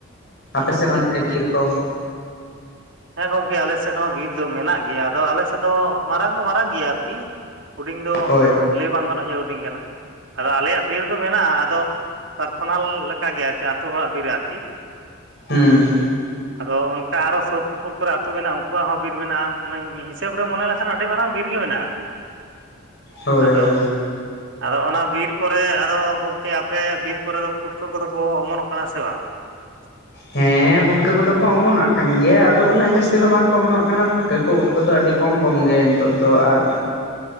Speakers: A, on the left (about 55°); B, on the right (about 60°).
A: ᱟᱯᱮ
B: ᱚ
A: ᱥᱮᱫ
B: ᱟᱪᱪᱷᱟ
A: ᱚᱱᱛᱮ
B: ᱟᱪᱪᱷᱟ
A: ᱵᱤᱨ ᱠᱚ?
B: ᱦᱮᱸ ᱜᱚᱢᱠᱮ ᱟᱞᱮ ᱥᱮᱫ ᱦᱚᱸ ᱵᱤᱨ ᱫᱚ ᱢᱮᱱᱟᱜ ᱜᱮᱭᱟ ᱟᱫᱚ ᱟᱞᱮ ᱥᱮᱫ ᱫᱚ, ᱢᱟᱨᱟᱝ ᱫᱚ ᱢᱟᱨᱟᱝ ᱜᱮᱭᱟ ᱟᱨᱠᱤ᱾ ᱦᱩᱰᱤᱧ ᱫᱚ
A: ᱦᱳᱭ
B: ᱩᱱᱟᱹᱜ ᱞᱟᱹᱭ ᱵᱟᱝ ᱜᱟᱱᱚᱜ-ᱟ ᱡᱮ ᱦᱩᱰᱤᱧ ᱠᱟᱱᱟ, ᱟᱫᱚ ᱟᱞᱮᱭᱟᱜ ᱵᱤᱨ᱾ ᱫᱚ ᱢᱮᱱᱟᱜᱼᱟ ᱟᱫᱚ, ᱯᱟᱨᱥᱚᱱᱟᱞ ᱞᱮᱠᱟ ᱜᱮ ᱟᱨ ᱟᱛᱳ ᱦᱚᱲᱟᱜ ᱵᱤᱨ ᱟᱨᱠᱤ᱾
A: ᱦᱩᱸᱻ
B: ᱟᱫᱚ ᱚᱱᱠᱟ ᱟᱨᱚ ᱥᱳᱨ ᱥᱩᱯᱩᱨ ᱠᱚᱨᱮ ᱟᱛᱳ ᱢᱮᱱᱟᱜᱼᱟ ᱩᱱᱠᱩᱣᱟᱜ ᱦᱚᱸ ᱵᱤᱨ ᱢᱮᱱᱟᱜᱼᱟ, ᱦᱤᱥᱟᱹᱵᱽ ᱨᱮ ᱢᱚᱱᱮ ᱞᱮᱱᱠᱷᱟᱱ ᱟᱹᱰᱤ ᱢᱟᱨᱟᱝ ᱵᱤᱨ ᱜᱮ ᱢᱮᱱᱟᱜᱼᱟ ᱟᱨᱠᱤ᱾
A: ᱦᱳᱭ
B: ᱟᱫᱚ
A: ᱦᱳᱭ
B: ᱟᱫᱚ ᱚᱱᱟ ᱵᱤᱨ ᱠᱚᱨᱮ ᱟᱫᱚ ᱜᱚᱢᱠᱮ ᱟᱯᱮ ᱵᱤᱨ ᱠᱚᱨᱮ ᱫᱚ ᱯᱩᱴᱠᱟᱹ ᱠᱚ ᱫᱚ ᱠᱚ ᱚᱢᱚᱱᱚᱜ ᱠᱟᱱᱟ ᱥᱮ ᱵᱟᱝ? <inaudible>
A: ᱦᱮᱸ ᱯᱩᱴᱠᱟᱹ ᱠᱚᱫᱚ ᱠᱚ ᱚᱢᱚᱱᱟᱜ ᱠᱟᱱ ᱜᱮᱭᱟ ᱟᱫᱚ ᱩᱱᱟᱹᱜ ᱡᱟᱹᱥᱛᱤ ᱫᱚ ᱵᱟᱝ ᱠᱚ ᱚᱢᱚᱱᱚᱜ ᱠᱟᱱᱟ ᱯᱩᱴ- ᱛᱮ ᱠᱚ ᱩᱫ ᱠᱚᱫᱚ ᱟᱹᱰᱤ ᱠᱚᱢ ᱠᱚᱢ ᱜᱮ ᱱᱤᱛᱚᱜ ᱫᱚ ᱟᱨ